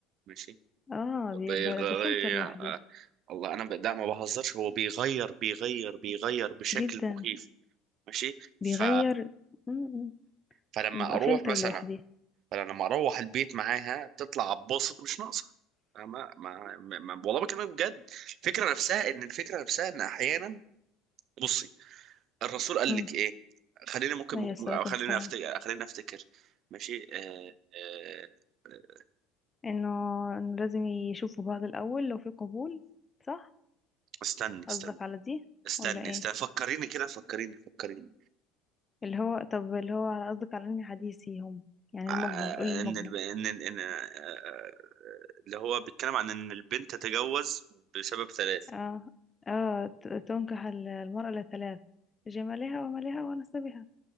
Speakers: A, on the right; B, on the left.
A: ماشي
B: اه بي-
A: بيغير
B: ده ده فلتر لوحدي
A: آه، والله انا ب- لا ما بهزرش هو بيغير بيغير بيغير بشكل
B: جدا
A: مخيف ماشي
B: بيغير
A: ف...
B: امم
A: فلما
B: بيبقى
A: اروح
B: فلتر
A: مثلا
B: لوحدي
A: فانا لما اروح البيت معاها تطلع اتبسط مش ناقصه ما ما, ما, ما والله بكلمك بجد الفكره نفسها ان الفكره نفسها ان احيانا بصي الرسول قال
B: امم
A: لك ايه خليني ممكن
B: عليه
A: ممكن-
B: الصلاة
A: خليني
B: والسلام
A: افتكر خليني افتكر ماشي آه آه آه،
B: انه إنه لازم يشوفوا بعض الاول لو في قبول صح
A: استني استني
B: قصدك على دي
A: استني
B: ولا ايه
A: استني فكريني كده فكريني فكريني
B: اللي هو طب اللي هو على قصدك على اني حديثي هم يعني
A: آه،
B: المجمل قولي المجمل
A: ان الب... ان ان إن- آه، آه، اللي هو بيتكلم عن ان البنت تتجوز بسبب ثلاث
B: اه اه ت- تنكح ال- المرأة لثلاث جمالها ومالها ونسبها